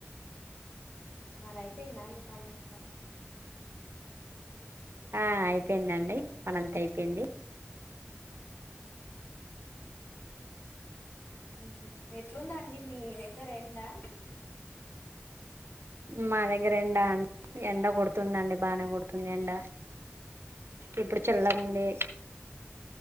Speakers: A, on the left; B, on the right.
A: మరైపోయిందా అండి పని మొత్తం
B: ఆ అయిపోయిందండి పనంతా అయిపోయింది
A: మ్ హూ ఎట్లుందండి మీ దగ్గర ఎండా
B: మా దగ్గర ఎంండ ఎండ కొడుతుందండి బానే కొడుతుంది ఎండ ఇప్పుడు చల్లగుంది